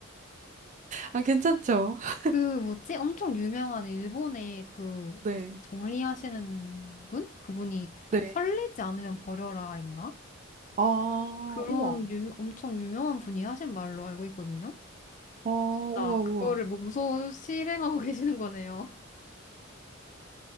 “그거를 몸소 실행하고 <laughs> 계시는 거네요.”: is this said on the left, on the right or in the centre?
Left